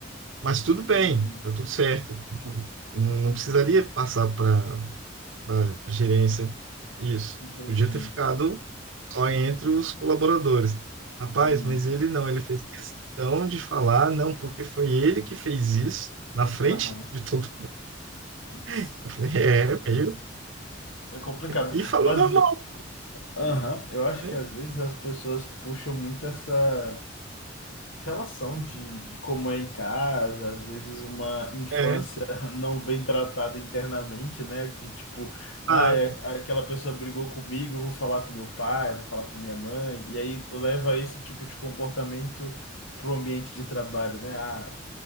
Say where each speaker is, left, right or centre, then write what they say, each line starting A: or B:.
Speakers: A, on the right; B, on the left.
A: Mas tudo bem,
B: entendi,
A: tá tudo certo. Não, não precisaria passar para a gerência isso.
B: entendi,
A: Podia ter ficado só entre os colaboradores. Rapaz,
B: entendi.
A: mas ele não, ele fez questão de falar, não, porque foi ele que fez isso na frente
B: Aham,
A: de todo
B: putz,
A: <laughs> Eu falei, É, meio.
B: é complicado.
A: E falou
B: Mas,
A: normal,
B: aham, eu acho
A: né?
B: que às vezes as pessoas puxam muito essa. relação de de como é em casa, às vezes uma infância
A: É.
B: <laughs> não bem tratada internamente, né? De tipo, ah,
A: Ah,
B: é- aquela pessoa brigou comigo, eu vou falar com meu pai, vou falar com minha mãe, e aí leva esse tipo de comportamento para o ambiente de trabalho, né? Ah,